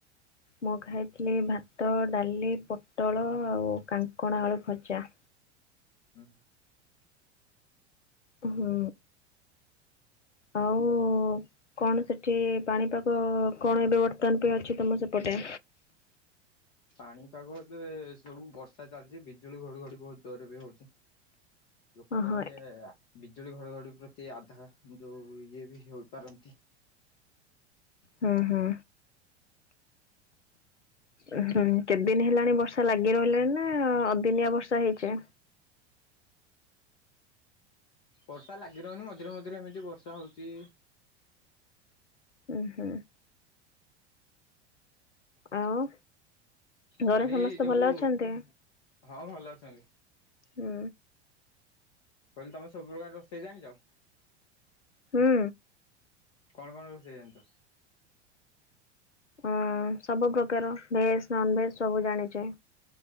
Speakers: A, on the left; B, on the left.
A: ମୁଁ ଖାଇଥିଲି ଭାତ ଡାଲି ପୋଟଳ ଆଉ କାଙ୍କଣ ଆଳୁ ଭଜା।
B: ହୁଁ।
A: ଉଁ ହୁଁ। ଆଉ କଣ ସେଠି ପାଣିପାଗ କଣ ଏବେ ବର୍ତ୍ତମାନ ପାଇଁ ଅଛି ତମ ସେପଟେ?
B: ପାଣିପାଗ ଏବେ ସବୁ ବର୍ଷା ଚାଲିଚି ବିଜୁଳି ଘଡଘଡି ବୋହୁତ ଜୋରରେ ବି ହୋଉଚି। ଲୋକମାନେ
A: ଓହୋ
B: ଟିକେ ଆ ବିଜୁଳି ଘଡଘଡି ପ୍ରତି ଆଧା ଯୋଉ ଇଏ ବି ହୋଇପାରନ୍ତି।
A: ହୁଁ ହୁଁ। ଉଁ ହୁଁ କେତେଦିନ ହେଲାଣି ବର୍ଷା ଲାଗିରହିଲାଣି ନା ଅଦିନିଆ ବର୍ଷା ହେଇଚି?
B: ବର୍ଷା ଲାଗି ରହୁନି ମଝିରେ ମଝିରେ ଏମିତି ବର୍ଷା ହୋଉଚି।
A: ଉଁ ହୁଁ। ଆଉ
B: କହିଲି
A: ଘରେ ସମସ୍ତେ
B: ଯୋଉ
A: ଭଲ ଅଛନ୍ତି?
B: ହଁ ଭଲ ଅଛନ୍ତି
A: ହୁଁ।
B: କହିଲି ତମେ ସବୁ ପ୍ରକାର ରୋଷେଇ ଜାଣିଚ?
A: ହୁଁ।
B: କଣ କଣ ରୋଷେଇ ଜାଣିଚ?
A: ଉଁ ସବୁ ପ୍ରକାର ଭେଜ ନନ୍ ଭେଜ ସବୁ ଜାଣିଚି।